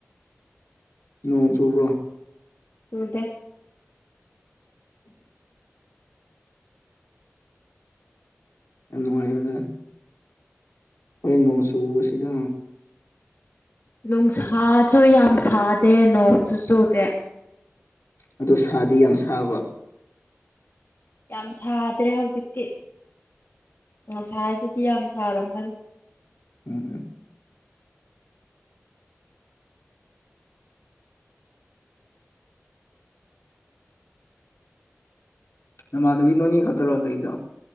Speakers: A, on the left; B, on the left.
A: ꯅꯣꯡ ꯆꯨꯕ꯭ꯔꯣ
B: ꯆꯨꯗꯦ
A: <inaudible> ꯌꯥꯝ ꯅꯨꯡꯉꯥꯏꯔꯦꯗ ꯍꯣꯏ ꯅꯣꯡꯆꯨꯕꯁꯤꯗ
B: ꯅꯨꯡꯁꯥꯁꯨ ꯌꯥꯝ ꯁꯥꯗꯦ ꯅꯣꯡꯁꯨ ꯆꯨꯗꯦ
A: ꯑꯗꯣ ꯁꯥꯗꯤ ꯌꯥꯝ ꯁꯥꯕ
B: ꯌꯥꯝ ꯁꯥꯗ꯭ꯔꯦ ꯍꯧꯖꯤꯛꯇꯤ ꯉꯁꯥꯏꯗꯗꯤ ꯌꯥꯝ ꯁꯥꯔꯝꯕꯅꯦ
A: ꯎꯝ ꯎꯝ ꯅꯃꯥꯟꯅꯕꯤ ꯅꯣꯏꯅꯤ ꯈꯛꯇꯔꯣ ꯂꯩꯗꯣ